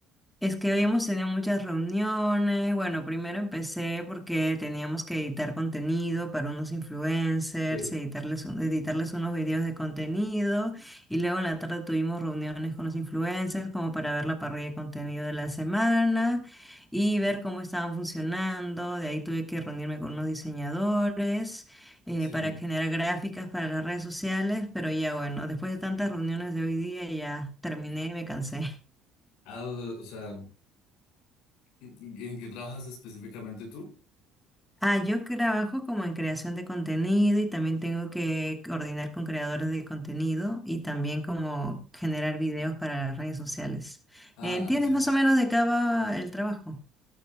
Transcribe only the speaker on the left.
Sí.
Sí.
Ah, o o sea, ¿en qué trabajas específicamente tú?
Ah,
así.